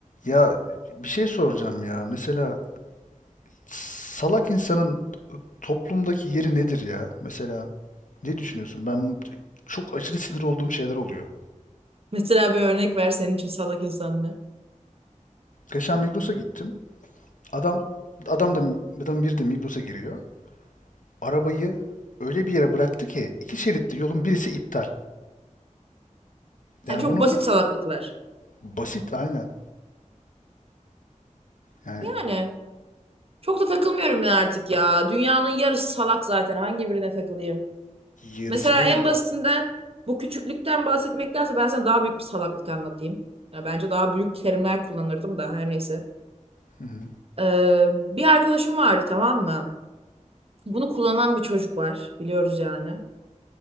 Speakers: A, on the left (about 80°); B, on the right (about 50°).
A: Ya bir şey soracağım ya. Mesela salak insanın toplumdaki yeri nedir ya? Mesela ne düşünüyorsun? Ben çok aşırı sinir olduğum şeyler oluyor.
B: Mesela bir örnek ver senin için salak insan ne?
A: Geçen Migros'a gittim. Adam adam da adam biri de Migros'a giriyor. Arabayı öyle bir yere bıraktı ki iki şeritli yolun birisi iptal. Yani
B: Ya çok
A: bunu
B: basit salaklıklar.
A: basit aynen. Yani
B: Yani çok da takılmıyorum ben artık ya. Dünyanın yarısı salak zaten. Hangi birine takılayım?
A: yarısı
B: Mesela
A: değil.
B: en basitinden bu küçüklükten bahsetmektense ben sana daha büyük bir salaklık anlatayım. Ya bence daha büyük terimler kullanırdım da her neyse.
A: Hı hı,
B: Ee, bir arkadaşım vardı tamam mı? Bunu kullanan bir çocuk var. Biliyoruz yani.